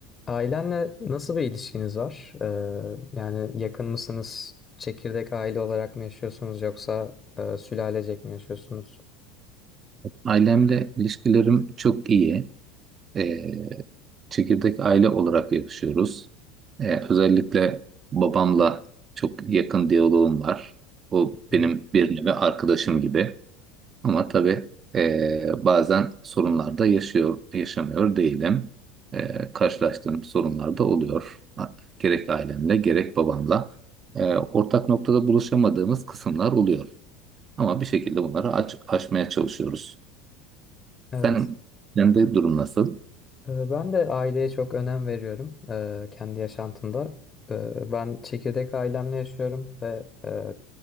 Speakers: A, on the left; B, on the right.
A: Ailenle nasıl bir ilişkiniz var? Ee, yani yakın mısınız? Çekirdek aile olarak mı yaşıyorsunuz yoksa e, sülalecek mi yaşıyorsunuz?
B: Ailemle ilişkilerim çok iyi. Ee, çekirdek aile olarak yaşıyoruz. Ee, özellikle babamla çok yakın diyaloğum var. O benim
A: Hı.
B: bir nevi arkadaşım gibi. Ama tabii ee, bazen sorunlar da yaşıyor, yaşamıyor değilim. Ee, karşılaştığım sorunlar da oluyor. Ha, Gerek ailemle gerek babamla. Ee, ortak noktada buluşamadığımız kısımlar oluyor. Ama bir şekilde bunları aç, aşmaya çalışıyoruz.
A: Evet.
B: Sen kendi durum nasıl?
A: Ee, ben de aileye çok önem veriyorum ee, kendi yaşantımda. Ee, ben çekirdek ailemle yaşıyorum ve e,